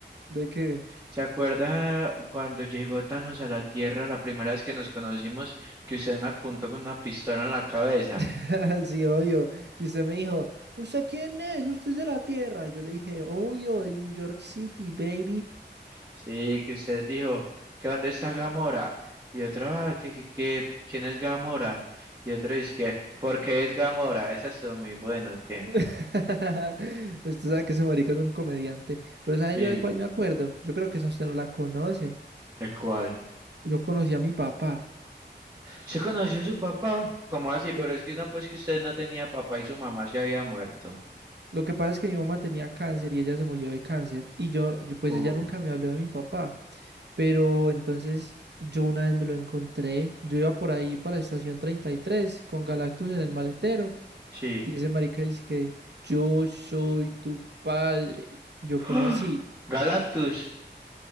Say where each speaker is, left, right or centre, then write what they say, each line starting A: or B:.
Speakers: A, on the right; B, on the right.
A: ¿De qué?
B: ¿Se acuerda cuando llegó Thanos a la Tierra la primera vez que nos conocimos, que usted me apuntó con una pistola en la cabeza?
A: <laughs> Sí, obvio. Que usted me dijo, ¿usted quién es? ¿Usted es de la Tierra? Yo le dije, obvio, de New York City, baby.
B: Sí, que usted dijo, ¿que dónde está Gamora? Y otro, ah, que, que, que, ¿quién es Gamora? Y otro es que, ¿por qué es Gamora? Esa estuvo muy buena, ¿qué?
A: <laughs> Usted sabe que ese marica es un comediante. Pero ¿sabe
B: Sí,
A: yo de cuál me acuerdo? Yo creo que esa usted no la conoce.
B: el cual.
A: Yo conocí a mi papá,
B: ¿Se conoció a su papá? ¿Cómo así? Pero
A: pero
B: es que no, pues que usted no tenía papá y su mamá se había muerto.
A: lo que pasa es que mi mamá tenía cáncer y ella se murió de cáncer. Y yo, yo- pues
B: Uh,
A: ella nunca me habló de mi papá. Pero entonces yo una vez me lo encontré, yo iba por ahí para la estación 33 con Galactus en el maletero
B: sí.
A: y ese marica dice que yo soy tu padre. Yo
B: <gasps> ¡Ah!
A: cómo así,
B: Galactus.